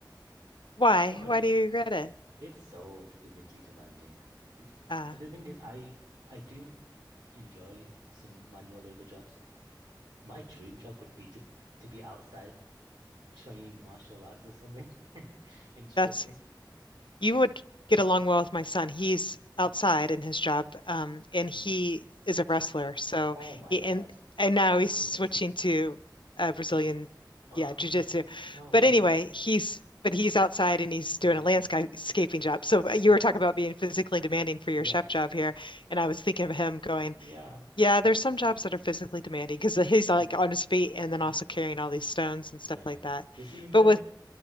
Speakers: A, on the left; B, on the right.
A: why?
B: <laughs> sort
A: Why
B: of.
A: do you regret it?
B: It's so physically demanding. <clears throat>
A: Uh,
B: The thing is, I I do enjoy some manual labor jobs. My dream job would be to to be outside training martial arts or something, <laughs> instructing.
A: that's you would get along well with my son. He's outside in his job, um, and
B: Mm.
A: he is a wrestler. So
B: Oh my
A: he
B: God,
A: and
B: <clears throat>
A: and now
B: I'm
A: he's
B: coming
A: switching
B: over.
A: to uh, Brazilian,
B: Mm. Oh,
A: yeah, jiu-jitsu.
B: no
A: But
B: way.
A: anyway, he's but he's outside and he's doing
B: Yeah,
A: a landscaping job. So uh, you
B: yeah,
A: were talking about being physically demanding for
B: yeah,
A: your chef job here, and I was thinking of him going,
B: yeah.
A: yeah,
B: Mm,
A: there's some jobs that are physically demanding because he's
B: mm.
A: like on his feet and then
B: mm.
A: also carrying all these stones and
B: Yeah.
A: stuff like that.
B: Does he enjoy
A: But with
B: it?